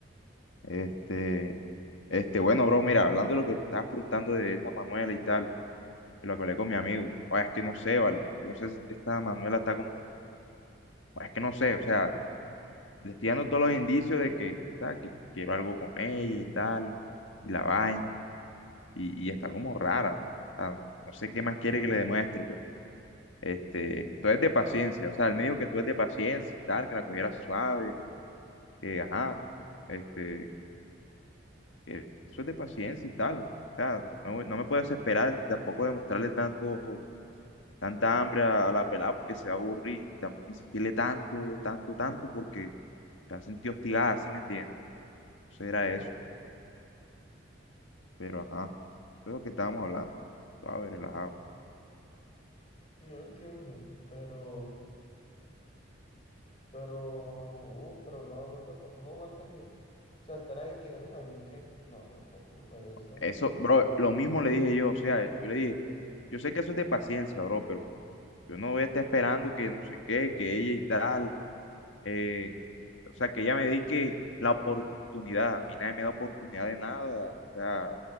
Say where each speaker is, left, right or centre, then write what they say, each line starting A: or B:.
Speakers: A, on the left (about 80°); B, on the left (about 30°).
A: Este, este, bueno, bro, mira, hablando de lo que me estabas preguntando de esta Manuela y tal, que lo que hablé con mi amigo, o es que no sé, vale, no sé, esta Manuela está como, "Oye, es que no sé, o sea, le estoy dando todos los indicios de que, o sea, que quiero algo con ella y tal, y la vaina, y, y está como rara, o sea, no sé qué más quiere que le demuestre, pero, este, tú eres de paciencia, o sea, él me dijo que tú eres de paciencia y tal, que la cogiera suave, que, ajá, este eh, Eso es de paciencia y tal. O sea, no, no me puedo desesperar ni tampoco demostrarle tanto, tanta hambre a, a la pelada porque se va a aburrir. Y tampoco insistirle tanto, tanto, tanto porque se va a sentir hostigada, ¿sí me entiendes? Eso era
B: Sí,
A: eso. Pero ajá, eso es lo que estábamos hablando. A ver, relajado.
B: sí, yo entiendo. Pero, pero, uh, pero no, bro, pero tampoco aguanta que, o sea, estar ahí que un año, ¿qué? No, tampoco, que pereza.
A: Eso, bro, lo mismo le dije yo. O sea, yo le dije, yo sé que eso es de paciencia, bro, pero yo no voy a estar esperando que no sé qué, que ella y tal. eh, o sea, que ella me dedique la oportunidad. A mí nadie me da oportunidad de nada. O sea,